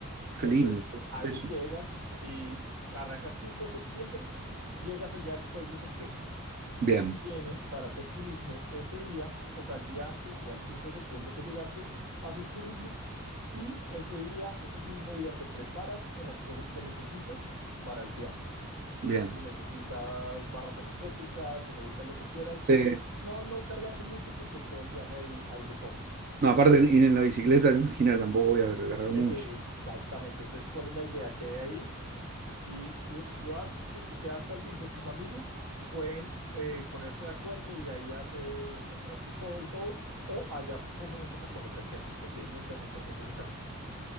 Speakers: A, on the right; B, on the right.
A: Entonces
B: Qué lindo.
A: ahí
B: Eso.
A: llegas y arrancas 5 de septiembre, llegas allá el 6 de septiembre.
B: Bien,
A: Vienes para hacer turismo ese día, o sea, el día antes, o sea, el 5 de septiembre que llegaste, haces turismo y ese día, ese mismo día te preparas con las cosas que necesitas para el viaje. Entonces,
B: bien.
A: si necesitas barras energéticas, si necesitas lo que quieras,
B: Sí.
A: no, no cargarse mucho porque en todo el viaje hay, hay de todo.
B: No, aparte ir en la bicicleta, imagina, tampoco voy a cargar
A: E-
B: mucho.
A: Exactamente. Entonces, ¿cuál es la idea que hay ahí? Si, si, si vas, si te quedas hasta el fin con tus amigos, pueden eh, ponerse de acuerdo y ahí hace encontrarse todo y todo, o allá comienzas a conocer gente, porque hay mucha gente haciendo ese camino.